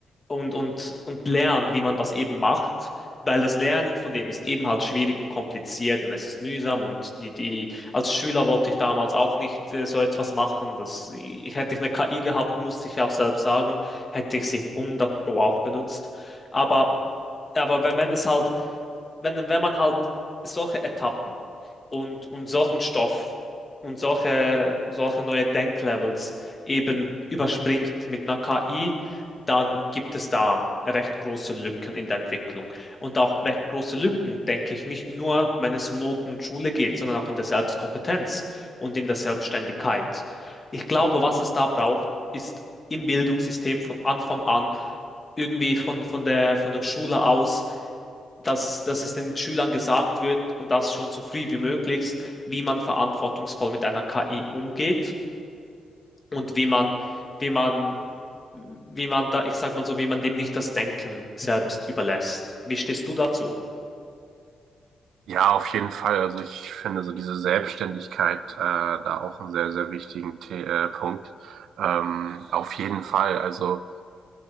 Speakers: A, on the left; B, on the right.
A: und, und, und lernt, wie man das eben macht, weil das Lernen von dem ist eben halt schwierig und kompliziert und es ist mühsam und die, die, als Schüler wollte ich damals auch nicht äh, so etwas machen. Das, ich, hätte ich eine KI gehabt, musste ich auch selbst sagen, hätte ich sie 100 pro auch benutzt. Aber, aber wenn, wenn es halt wenn, wenn man halt solche Etappen und, und solchen Stoff und solche, solche neue Denklevels eben überspringt mit einer KI, dann gibt es da recht große Lücken in der Entwicklung. Und auch recht große Lücken, denke ich, nicht nur, wenn es um Noten und Schule geht, sondern auch in der Selbstkompetenz und in der Selbstständigkeit. Ich glaube, was es da braucht, ist im Bildungssystem von Anfang an, irgendwie von, von der, von der Schule aus, dass, dass es den Schülern gesagt wird und das schon so früh wie möglich, wie man verantwortungsvoll mit einer KI umgeht und wie man, wie man, wie man da, ich sag mal so, wie man dem nicht das Denken selbst überlässt. Wie stehst du dazu?
B: Ja, auf jeden Fall. Also ich finde so diese Selbstständigkeit äh, da auch einen sehr, sehr wichtigen The äh, Punkt. Ähm, auf jeden Fall. Also